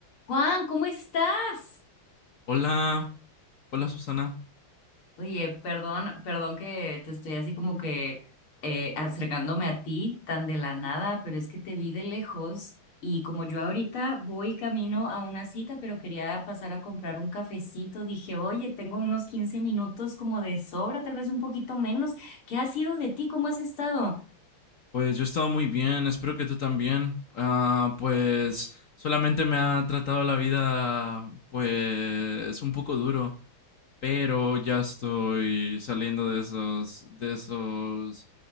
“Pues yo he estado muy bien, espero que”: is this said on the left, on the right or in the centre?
Left